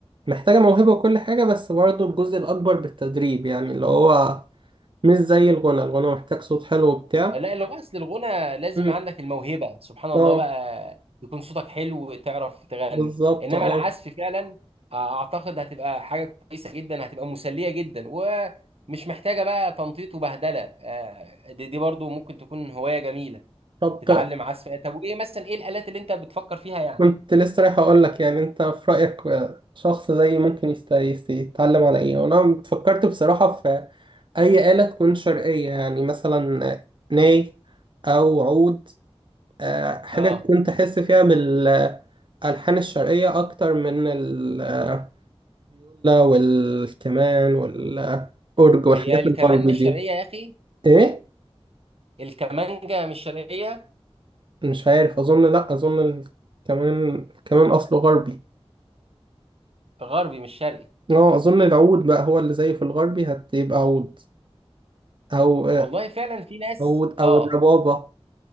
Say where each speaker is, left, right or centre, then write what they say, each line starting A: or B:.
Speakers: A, on the right; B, on the right.
A: محتاجه موهبه وكل حاجه بس برضو الجزء الاكبر بالتدريب يعني اللي هو مش زي الغنى الغنى محتاج صوت حلو وبتاع
B: لا اللغة أصل الغنى لازم
A: مم.
B: عندك الموهبة سبحان الله
A: اه
B: بقى يكون صوتك حلو وتعرف تغني
A: بالظبط
B: إنما
A: اه
B: العزف فعلا أعتقد هتبقى حاجة كويسة جدا هتبقى مسلية جدا ومش محتاجة بقى تنطيط وبهدلة آه، دي, دي برضو ممكن تكون هواية جميلة
A: طب
B: تتعلم
A: ت-
B: عزف آه، طب وإيه مثلا إيه الآلات اللي أنت بتفكر فيها يعني؟
A: كنت لسه رايح اقول لك يعني انت في رايك آه، شخص زيي ممكن يست- يست- يتعلم على ايه وانا فكرت بصراحه في اي آلة تكون شرقيه يعني مثلا آه، ناي او عود آه، حاجه
B: آه
A: تكون تحس فيها بالالحان الشرقيه اكتر من الفيولا والكمان والاورج والحاجات
B: هي الكمان
A: الغربي
B: مش
A: دي
B: شرقية يا أخي
A: ايه
B: الكمانجة مش شرقية
A: مش عارف اظن لا اظن ال... كمان كمان اصله غربي
B: غربي مش شرقي
A: اه اظن العود بقى هو اللي زيه في الغربي هتبقى عود او آه،
B: والله فعلا في ناس
A: عود
B: آه
A: او الربابة